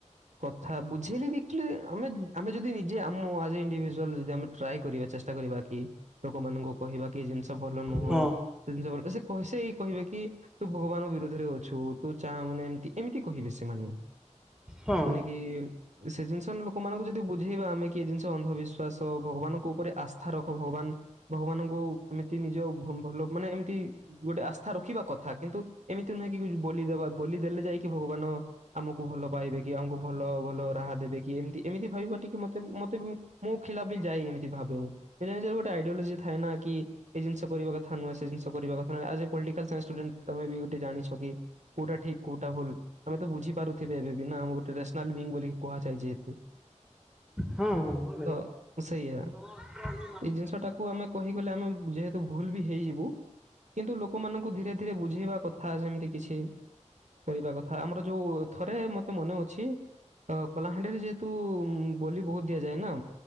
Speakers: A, on the right; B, in the centre.
A: କଥା ବୁଝେଇଲେ ବି କ୍ଲୀ ଆମେ ଆମେ ଯଦି ନିଜେ ଆମ ଆଜ୍ ଏ ଇଣ୍ଡିଜୁଆଲ ଯଦି ଆମେ ଟ୍ରାଏ କରିବା ଚେଶ୍ ଷ୍ଟା କରିବା କି ଲୋକମାନଙ୍କୁ କହିବା କି ଜିନିଷ ଭଲ ନୁହଁ
B: ହଁ
A: ସେ ଜିନିଷ ଭଲ ସେ କସ କହିବେ କି ତୁ ଭଗବାନ ବି ଧୀରେ ଧରେ ଅଛୁ ତୁ ଚା ମାନେ ଏମତି ଏମିତି କହିବେ ସେମାନେ
B: ହଁ
A: ମାନେ କି ସେ ଜିନିଷ ଲୋକମାନଙ୍କୁ ଯଦି ବୁଝେଇବା ଆମେ କିଏ ଜିନିଷ ଅନ୍ଧବିଶ୍ୱାସ ଭଗବାନଙ୍କ ଉପରେ ଆସ୍ଥା ରଖ ଭଗବାନ ଭଗବାନଙ୍କୁ ଏମିତି ନିଜ ଭଲ ମାନେ ଏମିତି ଗୋଟେ ଆସ୍ଥା ରଖିବା କଥା କିନ୍ତୁ ଏମିତି ନୁହଁ କି ବୋଲି ଦବା ବୋଲି ଦେଲେ ଯାଇକି ଭଗବାନ ଆମକୁ ଭଲ ପାଇବେ କି ଆମକୁ ଭଲ ଭଲ ରାହା ଦେବେ କି ଏମତି ଏମିତି ଭାବିବ ଟିକେ ମତେ ମତେ ବି ମୁ ଖିଲାପ ଯାଏ ଏମିତି ଭାବେ ମୁଁ <inaudible> ଗୋଟେ ଆଇଡିଓଲୋଜି ଥାଏ ନା କି ଏ ଜିନିଷ କରିବା କଥା କଥା ନୁହଁ ସେ ଜିନିଷ କରିବା କଥା ନ। As a political science student ତମେ ବି ଗୋଟେ ଜାଣିଛ କି। କେଉଟା ଠିକ କଉଟା ଭୁଲ। ଆମେ ତ ବୁଝିପାରୁଥିବେ ଏବେ ବି ନା ଆମେ ଗୋଟେ ନେସନାଲ ବିଙ୍ଗ ବୋଲି କୁହାଯାଏ ଯେହେତୁ
B: ହଁ! ହଁ ଭାଇ
A: ତ ସେଇଆ।
B: <inaudible>
A: ଏଇ ଜିନିଷ ଟାକୁ ଆମେ କହିଗଲେ ଆମେ ଯେହେତୁ ଭୁଲ ବି ହେଇଯିବୁ କିନ୍ତୁ ଲୋକମାନଙ୍କୁ ଧୀରେ ଧୀରେ ବୁଝେଇବା କଥା ସେମିତି କିଛି କରିବା କଥା ଆମର ଯୋଉ ଥରେ ମତେ ମନେ ଅଛି କଳାହାଣ୍ଡିରେ ଯେହେତୁ ବୋଲି ବୋହୁତ ଦିଆଯାଏ ନା